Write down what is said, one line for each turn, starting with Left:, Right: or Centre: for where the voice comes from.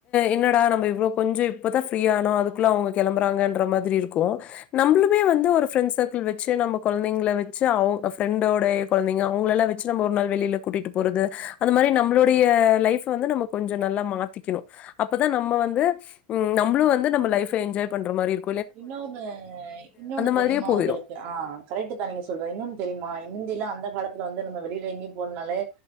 Left: என்னாட நம்ம இவளே கொஞ்சம்இப்பதான் ஃப்ரீய ஆனோம் அதுக்குள்ள அவங்க கிளம்புறாங்கன்ற மாதிரி இருக்கும் நம்ளுமே வந்து ஒரு ஃரெண்ட் சர்கிள் வச்சு நம்ம குழந்தைங்க வச்சு அவங்க ப்ரன்டோடைய குழந்தைங்க அவங்க எல்லாம் வச்சு நம்ம ஒரு நாள் வெளியில கூட்டிகிட்டு போறது அந்த மாதிரி நம்மளுடைய லைஃப்ப வந்து நம்ம கொஞ்சம் நல்லா மாத்திக்கணும் அப்பதான் நம்ம வந்து நம்மளும் வந்து நம்மப லைப்ப என்ஜாய் பண்ற மாரி இருக்கு
Right: இன்னொன்னு இன்னொன்னு
Left: மாதிரியே
Right: தெரியுமா
Left: போயிரும்.
Right: உங்களுக்கு ஆஹ் கரெக்ட் தான் நீங்க சொல்ற இன்னொன்னு தெரியுமா முந்தியல்லா அந்த காலத்துல வந்து நம்ம வெளில எங்கயும் போணுனாலே